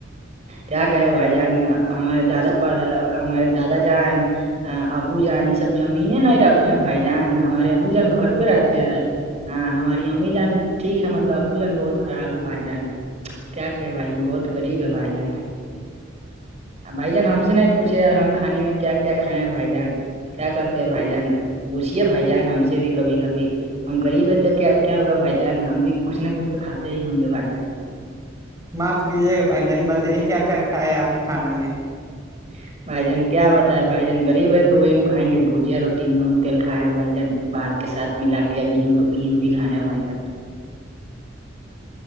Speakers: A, on the right; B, on the right.
A: کیا کہے بھائی جان ہمارے دادا ہمارے دادا جان ابو جان یہ سب زمین نہیں رکھے ہیں بھائی جان ہمارے ابو جان گھر پہ رہتے ہیں ہاں ہماری امی جان ٹھیک ہے مطلب ابو جان بہت خراب بھائی جان کیا کیا بھائی جن بہت غریب ہے بھائی جان بھائی جان ہم سے نہیں پوچھے ہم کھان میں کیا کیا کھائے ہیں بھائی جان کیا کرتے ہیں بھائی جان پوچھیے بھائی جان ہم سے بھی کبھی کبھی ہم غریب ہے تو کیا کیا ہوا بھائی جان ہم بھی کچھ نہ کچھ تو کھاتے ہی ہوں گے بھائی جان
B: معاف کیجیے گا بھ جان بتائیے کیا کیا کھائے ہے آپ کھانا میں
A: <inaudible> بھائی جان کیا بتا ہے بھائی جان گغب ہے تو وہی ن کائیں گے بھجیا روٹی نون تیل کھائے بھائی جان بات کے ساتھ ملا کے یا گھی گھی بھی کھائےیں بھائی جان